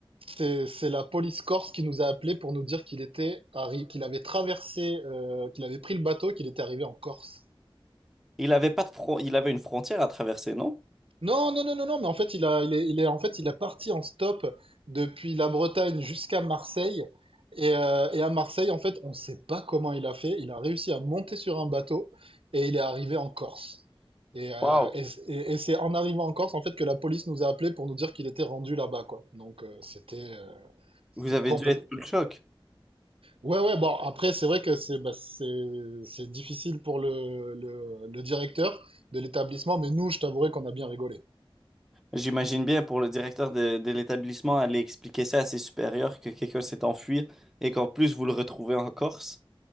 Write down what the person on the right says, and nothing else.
c'est, c'est la police corse qui nous a appelés pour nous dire qu'il était arri- qu'il avait traversé, euh, qu'il avait pris le bateau, qu'il était arrivé en Corse.
Non, non, non, non, non, mais en fait, il a, il est, il est, en fait, il a parti en stop depuis la Bretagne jusqu'à Marseille. Et, euh, et à Marseille, en fait, on ne sait pas comment il a fait. Il a réussi à monter sur un bateau et il est arrivé en Corse. Et, euh,
et, et- et c'est en arrivant en Corse, en fait, que la police nous a appelés pour nous dire qu'il était rendu là-bas, quoi. Donc, euh, c'était, euh, c'était
complètement.
Ouais, ouais, bon, après, c'est vrai que c'est bah, c'est c'est difficile pour le, le, le directeur de l'établissement, mais nous, je t'avouerai qu'on a bien rigolé.